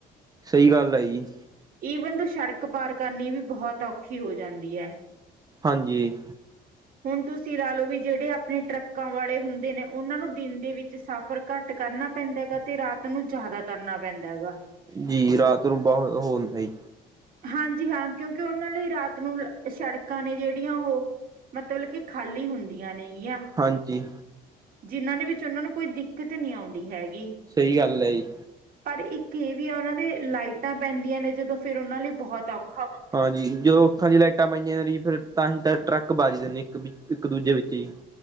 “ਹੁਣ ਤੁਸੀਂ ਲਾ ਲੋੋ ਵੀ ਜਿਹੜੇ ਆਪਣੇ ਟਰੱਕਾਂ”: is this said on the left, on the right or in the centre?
Right